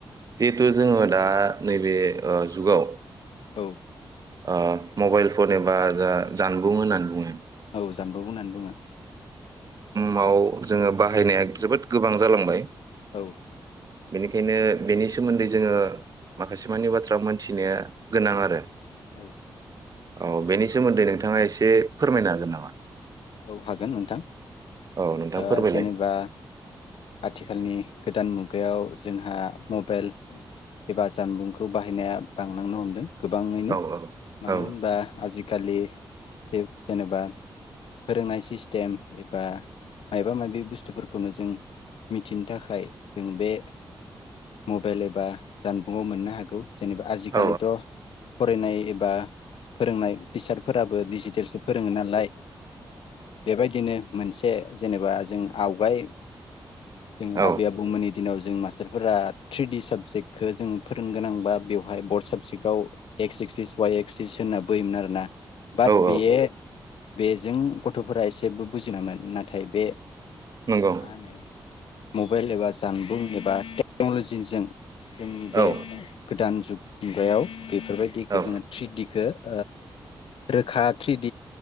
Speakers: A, on the right; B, on the left.
A: जिहेथु जोङो दा नैबे ओ जुगाव
B: औ
A: ओ मबाइल फन एबा जा जानबुं होननानै बुङो
B: औ जानबु होननानै बुङो
A: माव जोङो बाहायनाया जोबोद गोबां जालांबाय
B: औ
A: बेनिखायनो बेनि सोमोनदै जोङो माखासेमानि बाथ्रा मोनथिनाया गोनां आरो
B: औ
A: औ बेनि सोमोनदै नोंथाङा एसे फोरमायनो हागोन नामा
B: औ हागोन नोंथां
A: औ नोंथां
B: ओ
A: फोरमायलाय
B: जेनेबा आथिखालनि गोदान मु मुगायाव जोंहा मबाइल एबा जानबुंखौ बाहायनाया बांलांनो हमदों गोबाङैनो
A: औ
B: मानो
A: औ
B: होनबा आजि खाालि जेनेबा फोरोंनाय सिस्टेम एबा माइबा माइबि बुस्थुफोरखौनो जों मिथिनो थाखाय जों बे मबाइल एबा जानबुंआव मोननो हागौ जेनेबा आजिखालिथ
A: औ
B: फरायनाय एबा फोरोंनाय टिचार फोराबो डिजिटेलसो फोरोङो नालाय बेबायदिनो मोनसे जेनेबा जों आवगाय जोङो
A: औ
B: आबै आबौमोननि दिनाव जों मास्टारफोरा थ्रि डि साबजेक्टखो जों फोरोंनोगोनांबा बेवहाय बर्ड साबजेक्टआव एक्स एक्सिस वाइ एक्सिस होनना बोयोमोन आरोना बाद
A: औ
B: बेयो
A: औ
B: बेजों गथफोरा एसेबो बुजिनामोन नाथाय बे
A: नंगौ
B: माहोनो मबाइल एबा जानबुं एबा टेक्नलजिजों जोंनि बे
A: औ
B: गोदान जुग मुगायाव बेफोरबायदिखौ
A: औ
B: जोङो थ्रिडिखौ ओ रोखा थ्रिड